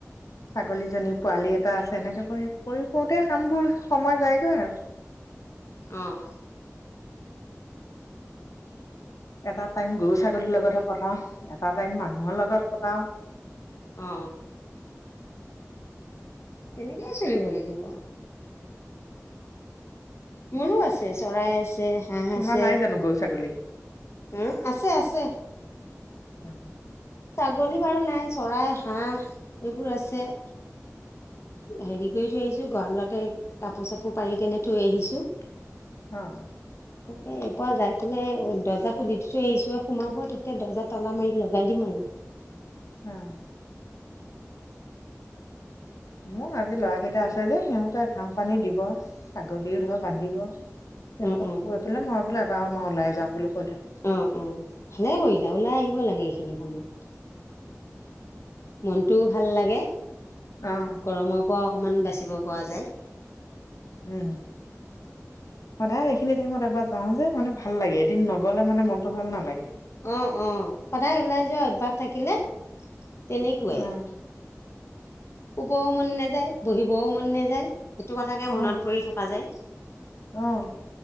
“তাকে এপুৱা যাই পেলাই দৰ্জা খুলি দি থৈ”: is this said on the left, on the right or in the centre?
Left